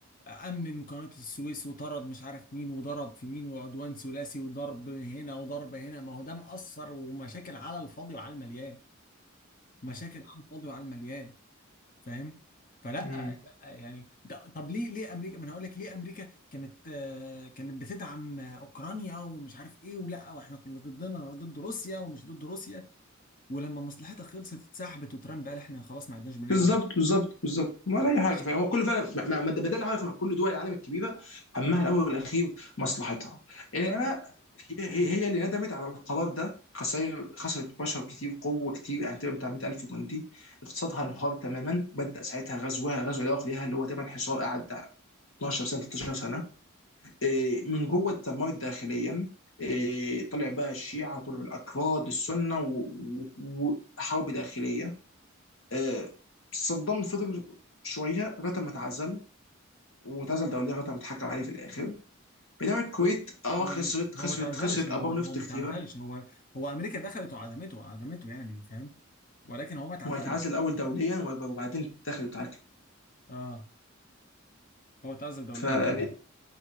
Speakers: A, on the left (about 40°); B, on the left (about 70°).
A: أمم قناة السويس وطرد مش عارف مين وضرب في مين وعدوان ثلاثي وضرب هنا وضرب هنا ما هو ده مأثر ومشاكل على الفاضي وعلى المليان مشاكل على الفاضي وعلى المليان فاهم فلا
B: امم
A: لا يعني ده طب ليه ليه امريكا ما انا هقول لك ليه امريكا كانت آه، كانت بتدعم آه، اوكرانيا ومش عارف ايه ولا واحنا كنا ضدنا ضد روسيا ومش ضد روسيا ولما مصلحتها خلصت اتسحبت وترامب قال احنا خلاص ما عدناش بندعم
B: بالظبط بالظبط بالظبط ولا اي حاجه
A: عشان
B: فهو كل فعلا ما ما- ما ده ده اللي عارف كل دول العالم الكبيره همها الاول والاخير مصلحتها العراق
A: يا ابني
B: هي هي
A: مم.
B: هي اللي ندمت على القرار ده خسائر خسرت بشر كتير قوه كتير يعني تقريبا بتاع 100000 جندي اقتصادها انهار تماما بدا ساعتها غزوها غزو العراق ليها اللي هو تقريبا حصار قعد بتاع 12 سنه 13 سنه إيه، من جوه اتدمرت داخليا إيه، طلع بقى الشيعه طلعوا الاكراد السنه وحرب داخليه آه، صدام فضل شويه لغايه ما اتعزل واتعزل دوليا لغايه ما اتحكم عليه في الاخر بينما الكويت
A: هو
B: اه
A: هو
B: خسرت
A: ما
B: خسرت
A: هو ما تعزلش
B: خسرت
A: هو
B: ابار
A: هو
B: نفط
A: ما
B: كتيره
A: تعزلش هو هو امريكا دخلت وعدمته عدمته يعني فاهم ولكن هو ما تعزلش
B: ما هو هيتعزل الاول دوليا وبعدين تاخد وتعاكل
A: اه هو تعزل دوليا
B: فيعني
A: الامر